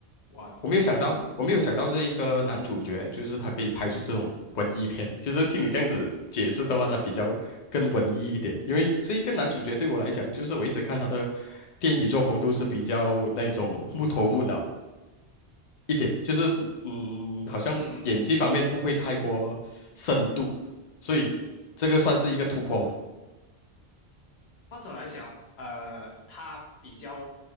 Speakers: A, on the left; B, on the left.
A: 哇，
B: 我没有想到，
A: 嗯
B: 我没有想到这一个男主角，就是他可以拍出这种文艺片。就是听你这样子解释的话，他比较更文艺一点。因为这一个男主角对我来讲，就是我一直看他的电影作风都是比较那种木头木脑一点，就是嗯，好像演技方面不会太过深度，
A: 嗯嗯。
B: 所以这个算是一个突破嘛。
A: 或者来讲，呃，他比较，